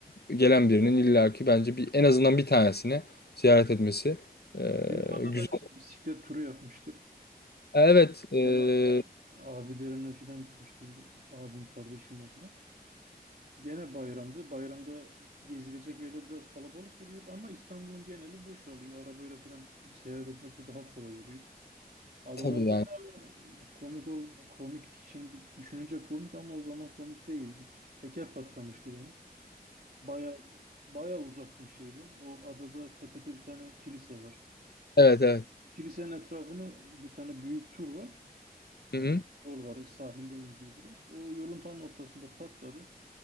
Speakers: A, on the left; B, on the right.
A: gelen birinin illaki bence bir en azından bir tanesini ziyaret etmesi e,
B: Büyükada'da
A: güzel.
B: biz bisiklet turu yapmıştık.
A: Evet. E,
B: O zaman ben abilerimle falan gitmiştim. Bir, bir abim kardeşimle falan. Gene bayramdı. Bayramda gezilecek yerler biraz kalabalık oluyor ama İstanbul'un geneli boşalıyor. Arabayla falan seyahat etmek de daha kolay oluyor. Adalarda
A: tabii yani.
B: ama komik ol, komik şimdi düşününce komik ama o zaman komik değildi. Teker patlamıştı benim. Baya baya uzaktım şeyden. O adada tepede bir tane kilise var.
A: Evet evet.
B: Kilisenin etrafını bir tane büyük tur var.
A: Hı
B: Ee,
A: hı.
B: yol var sahilden gidiyor biraz. O yolun tam ortasında patladı.